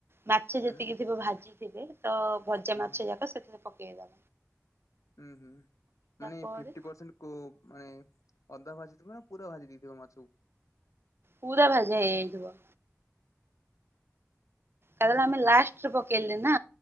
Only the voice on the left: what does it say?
ହୁଁ
ହୁଁ
ହୁଁ
ଉଁ ହୁଁ। ମାନେ
ଫିଫ୍ଟି ପରସେଣ୍ଟ କୋଉ ମାନେ ଅଧା ଭାଜିି ଥିବ ନା ପୁରା ଭାଜି ଦେଇଥିବ ମାଛ କୁ?